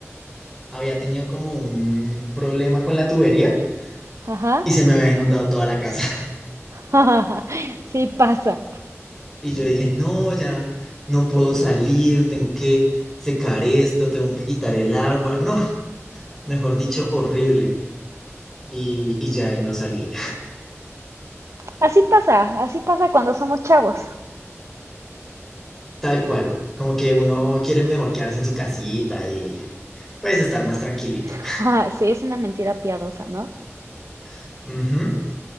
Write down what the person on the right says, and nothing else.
Ajá.
<laughs> Sí pasa.
Así pasa, así pasa cuando somos chavos.
<laughs> Sí, es una mentira piadosa, ¿no?